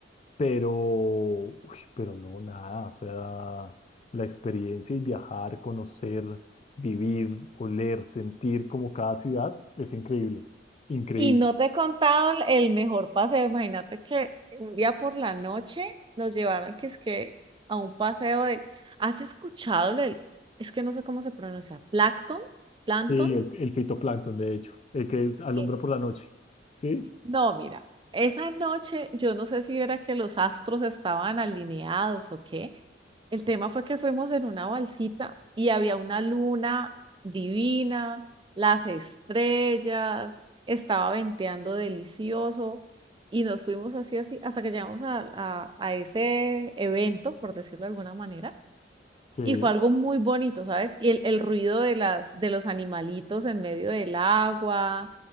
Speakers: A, on the left (about 35°); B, on the right (about 25°).
A: pero, uy, pero no, nada, o sea, la experiencia y viajar, conocer, vivir, oler, sentir como cada ciudad es increíble, increíble.
B: Y no te he contado el el mejor paseo. Imagínate que un día por la noche nos llevaron que es que a un paseo de... ¿Has escuchado el... Es que no sé cómo se pronuncia. ¿Plancton? ¿Plancton?
A: Sí, el, el fitoplancton, de hecho, el que es- alumbra
B: Es-
A: por la noche, ¿sí?
B: No, mira. Esa noche yo no sé si era que los astros estaban alineados o qué, El tema fue que fuimos en una balsita y había una luna divina, las estrellas, estaba venteando delicioso y nos fuimos así, así, hasta que llegamos a, a- a ese evento, por decirlo de alguna manera.
A: Que
B: Y fue algo muy bonito, ¿sabes? Y el, el ruido de las, de los animalitos en medio del agua.